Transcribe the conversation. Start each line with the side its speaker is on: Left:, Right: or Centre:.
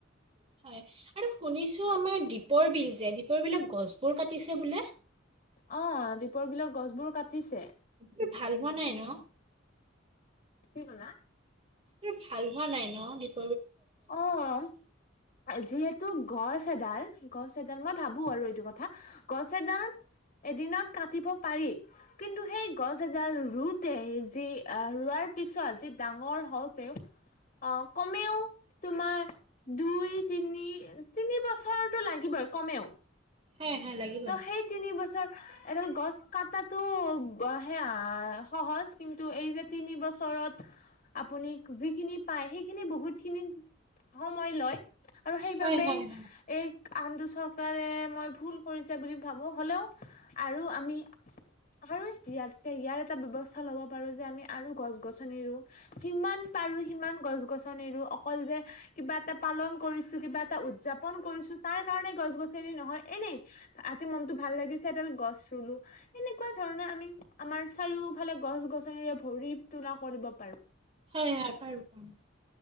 Right: উ <inaudible> হয় আৰু শুনিছোঁ আমাৰ দীপৰ বিল যে, দীপৰ বিলৰ গছবোৰ কাটিছে বোলে।
Left: অহ' দীপৰ বিলৰ গছবোৰ কাটিছে।
Right: এইটো ভাল হোৱা নাই ন।
Left: কি কলা <unintelligible>
Right: ইহ ভাল হোৱা নাই নহ?
Left: অহ'। যিহেতু গছ এডাল গছ এডাল মই ভাবোঁ আৰু এইটো কথা গছ এডাল এদিনত কাটিব পাৰি কিন্তু সেই গছ এডাল ৰুওতেই যি আহ ৰোৱাৰ পিছত যি ডাঙৰ হওঁতেওঁ অহ'- তেওঁ তোমাৰ দুই তিনি তিনি বছৰটো লাগিবই কমেওঁ।
Right: হয় হয় লাগিব হয়
Left: ত সেইতিনি বছৰ এডাল গছ কাটাটো সেয়া সহজ কিন্তু এই যে তিনি বছৰত আপুনি যি খিনি পায় সেই খিনি বহুত খিনি সময় লয় আৰু সেইবাবেই
Right: হয় হয়
Left: এই কামটো চৰকাৰে মই ভুল কৰিছে বুলি ভাবোঁ হ'লেও! আৰু আমি <unintelligible> ইয়াতকে ইয়াৰ এটা ব্যৱস্থা ল'ব পাৰোঁ যে, আমি আৰু গছ-গছনি ৰুম। যিমান পাৰোঁ সিমান গছ-গছনি ৰুই অকল যে কিবা এটা পালন কৰিছোঁ কিবা এটা উদযাপন কৰিছোঁ তাৰ কাৰণে গছ- গছনি নহয়- এনেই আজি মনতটো ভাল লাগিছে এডাল গছ ৰুলোঁ। - সেনেকুৱা ধৰণৰ আমি আমাৰ চাৰিওফালে গছ -গছনিৰে ভৰি তোলা কৰিব পাৰো।
Right: হয়, হয় পাৰোঁ।